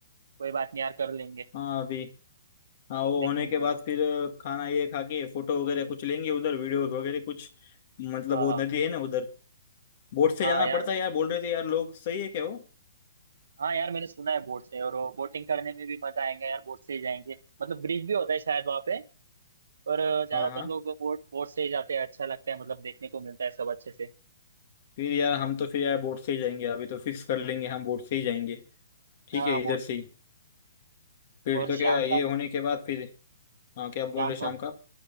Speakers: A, on the right (about 80°); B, on the left (about 40°).
A: कोई बात नहीं यार कर लेंगे
B: हाँ अभी हाँ वो
A: देखेंगे
B: होने के
A: भाई
B: बाद
A: पे
B: फिर खाना ये खा के फोटो वगैरह कुछ लेंगे उधर वीडियोस वगैरह कुछ मतलब
A: हाँ
B: वो
A: हाँ
B: नदी है ना उधर बोट से
A: हाँ
B: जाना
A: यार
B: पड़ता है यार बोल रहे थे यार लोग सही है क्या वो
A: हाँ यार मैंने सुना है बोट से और वो बोटिंग करने में भी मजा आएगा यार बोट से ही जाएंगे मतलब ब्रिज भी होता है शायद वहाँ पे पर ज्यादातर
B: हाँ हाँ
A: लोग बोट बोट से ही जाते हैं अच्छा लगता है मतलब देखने को मिलता है सब अच्छे से
B: फिर यार हम तो फिर यार बोट से ही जाएंगे अभी तो फिक्स कर लेंगे हम बोट से ही जाएंगे ठीक
A: हाँ
B: है
A: बोट
B: इधर से
A: से
B: ही फिर
A: और
B: तो
A: शाम
B: क्या ये
A: का
B: होने के बाद फिर हाँ क्या बोल
A: शाम
B: रहे शाम
A: का
B: का